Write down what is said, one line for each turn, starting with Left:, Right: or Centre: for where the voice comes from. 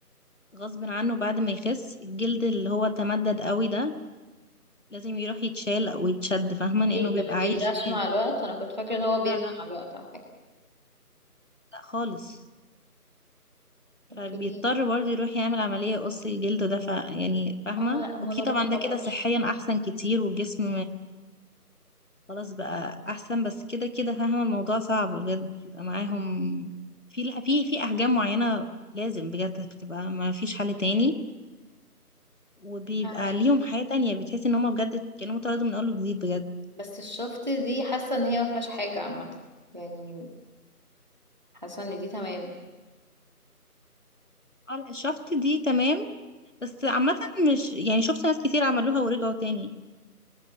Left: غصب عنه بعد ما يخس الجلد اللي هو تمدد قوي ده لازم يروح يتشال او يتشد فاهمة لانه
Right: ايه
Left: بيبقى
Right: ده ما
Left: عايش
Right: بيرجعش
Left: بيه
Right: مع الوقت انا كنت فاكرة ان هو بيرجع
Left: لا لا
Right: مع الوقت او حاجة
Left: لا خالص
Right: اوكي
Left: فبيضطر برضه يروح يعمل عملية قص الجلد ده ف يعني فاهمة
Right: اه لا الموضوع
Left: اوكي طبعا
Right: ده صعب
Left: ده كده
Right: قوي
Left: صحيا احسن كتير والجسم خلاص بقى احسن بس كده كده فاهمة الموضوع صعب بجد بيبقى معاهم في في في احجام معينة لازم بجد بتبقى ما فيش حل تاني وبيبقى
Right: فاهمك
Left: ليهم حياة تانية بتحس ان هما بجد كانوا اتولدوا من اول وجديد بجد
Right: بس الشفت دي حاسه ان هي ما فيهاش حاجه عامه يعني حاسه ان دي تمام
Left: اه لا شفت دي تمام بس عامة مش يعني شفت ناس كتير عملوها ورجعوا تاني